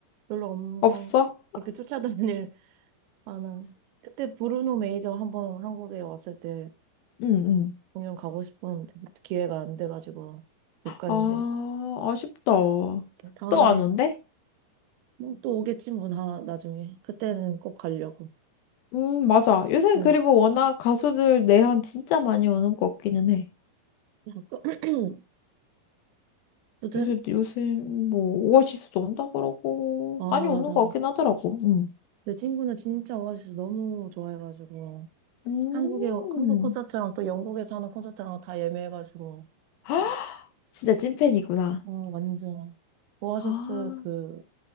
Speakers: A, on the right; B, on the left.
A: 별로 없는
B: 없어?
A: 건 그렇게 쫓아다닐 <laughs> 만한. 그때 브루노 메이저 한 번 한국에 왔을 때
B: 응, 응.
A: 공연 가고 싶었는데 기회가 안 돼가지고 못 갔는데
B: 아, 아쉽다.
A: 다음에
B: 또 안 온대?
A: 뭐 또 오겠지 뭐 나, 나중에 그때는 꼭 가려고.
B: 음, 맞아. 요새
A: 어.
B: 그리고 워낙 가수들 내한 진짜 많이 오는 거 같기는 해.
A: <clears throat> 그때
B: 요새, 요새, 뭐, 오아시스도 온다 그러고,
A: 아
B: 많이 오는
A: 맞아.
B: 것 같긴 하더라고. 음.
A: 내 친구는 진짜 오아시스 너무 좋아해가지고
B: 음.
A: 한국에 한국 콘서트랑 또 영국에서 하는 콘서트랑 다 예매해가지고
B: <gasps> 진짜 찐팬이구나.
A: 어 완전 오아시스
B: 아,
A: 그